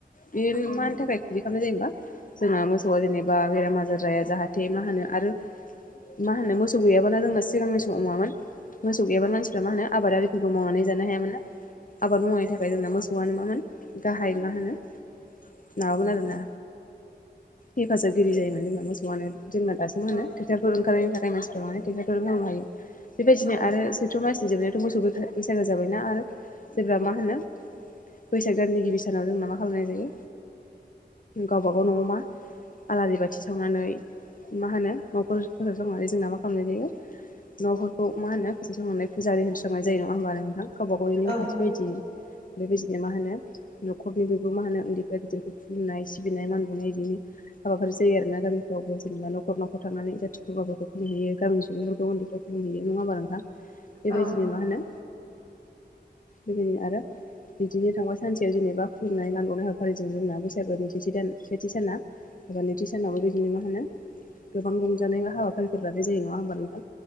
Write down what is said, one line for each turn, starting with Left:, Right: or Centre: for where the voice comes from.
Left: बे
Right: उम
Left: मानि थाखाय <unintelligible> जोंहा मोसौआ जेनेबा बेराम आजार जाया जाहाथे मा होनो आरो मा होनो मोसौ गैयाबानो जोंना सिगांनि समाव मामोन मोसौ गैयाबानो मानसिफोरा मा होनो आबादारिफोरखौ मावनानै जानो हायामोन ना। आबाद मावनायनि थाखाय जोंना मो सौआनो मामोन गाहाय मा होनो माबामोन आरोना। हेफाजाबगिरि जायोमोन जोंना मोसौआानो जोंना दासो मा
Right: औ
Left: होनो ट्रेक्टरफोर ओंखारनायनि थाखाय मानसि <unintelligible> <unintelligible> बेबायदिनो
Right: औ
Left: आरो सैथ्र मास जोबनायावाथ' मोसौ बैसागो जाबायना आरो जेब्ला मा होनो बैसाग दाननि गिबि सानाव जोंना मा खालामनाय जायो गावबा गाव न'आव मा आलारि बाथि सावनानै मा होनो न'खर फोसाव सावनानै जोंना मा खालामनाय जायो न'फोरखौ मा होनो फुजा सांनानै फुजा होनस्रांनाय जायो नङा होमबा नोंथां। गावबा गावनि नेमखान्थि
Right: औ
Left: बायदि बेबायदिनो मा होनो न'खरनि बिखौ मा होनो उन्दैफ्रा गिदिरखौ खुलुमनाय सिबिनाय मान बाउनाय बिदिनो हाबाफारि जायो आरो ना गामिफ्रावबो जेनेबा नखर न'खर थांनानै जाथि खुरमाफोरखौ खुुलुमहैयो गामिनि सुबुंफोर खौ उन्दैफ्रा खुलुमहैयो नङा होमबा नोंथां बेबायदिनो
Right: औ
Left: मा होनो
Right: <inaudible>
Left: बिबायदिनो आरो बिदिनो थांबा सानसेयाव जेनेबा खुलुमनाय मानबाउनाय हाबाफारिजों जोंना बैसागोनि सेथि दान सेथि साना एबा नैथि सानावबो बिदिनो मा होनो गोबां रंजानाय हाबाफारि फोर लानाय जायो नङा होमबा नोंथां